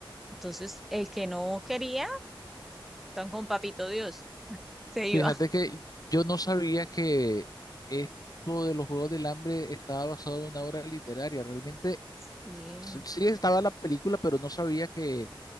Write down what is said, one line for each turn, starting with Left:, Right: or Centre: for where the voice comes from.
Centre: Entonces, el que no quería, tan con papito Dios, se
Left: Fíjate
Centre: iba.
Left: que yo no sabía que esto de los Juegos del Hambre estaba basado en una obra literaria. Realmente
Centre: Sí,
Left: s- sí estaba la película, pero no sabía que